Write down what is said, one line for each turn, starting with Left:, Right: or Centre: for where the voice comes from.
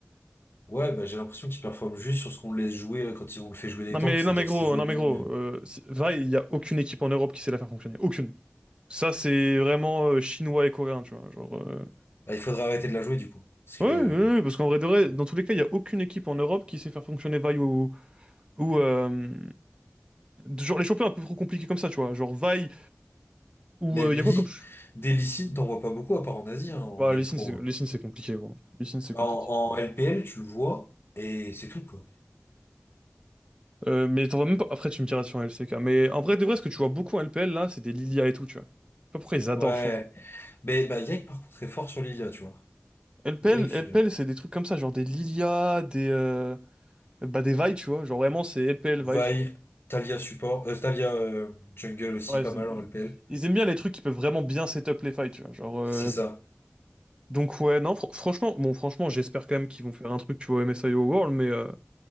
Left: Ouais, bah j'ai l'impression qu'il performe juste sur ce qu'on le laisse jouer euh, quand il- on le fait jouer des
Right: Non,
Left: tanks,
Right: mais,
Left: c'est-à-dire
Right: non, mais gros,
Left: si Joanie,
Right: non, mais gros,
Left: euh,
Right: euh, c'est- Vice, il y a aucune équipe en Europe qui sait la faire fonctionner. Aucune. Ça, c'est vraiment euh, chinois et coréen, tu vois. Genre, euh,
Left: bah, il faudrait arrêter de la jouer du coup. Parce que
Right: ouais,
Left: euh,
Right: ouais, ouais, parce qu'en vrai, de vrai, dans tous les cas, il y a aucune équipe en Europe qui sait faire fonctionner Vice ou, ou euh, genre les champions un peu trop compliqués comme ça, tu vois. Genre Vaille ou
Left: même
Right: euh, il
Left: Lee,
Right: y a quoi comme, ch-
Left: des Lee Sin, t'en vois pas beaucoup à part en Asie, hein, en
Right: ouais,
Left: Game
Right: les signes,
Left: Pro.
Right: c'est
Left: hein.
Right: les signes, c'est compliqué, gros. Les signes, c'est
Left: En,
Right: compliqué.
Left: en LPL, tu le vois, et c'est tout, quoi.
Right: Euh, mais t'en vois même pas. Après, tu me diras sur LCK. Mais en vrai, de vrai, ce que tu vois beaucoup en LPL, là, c'est des Lilia et tout, tu vois. Je sais pas pourquoi ils adorent,
Left: Ouais.
Right: je trouve.
Left: Mais bah Yek par contre est fort sur Lilia, tu vois.
Right: LPL,
Left: Yek,
Right: LPL,
Left: euh,
Right: c'est des trucs comme ça, genre des Lilia, des. euh, Bah, des Vi, tu vois. Genre vraiment, c'est LPL
Left: Vi,
Right: Vi, tu vois.
Left: Talia support, euh, Talia euh, jungle aussi
Right: Ouais,
Left: pas
Right: ils
Left: mal
Right: aiment
Left: en LPL.
Right: ils aiment bien les trucs qui peuvent vraiment bien setup les fights, tu vois. Genre. euh,
Left: C'est ça.
Right: Donc, ouais, non, fr- franchement, bon, franchement, j'espère quand même qu'ils vont faire un truc, tu vois, MSIO World, mais, euh,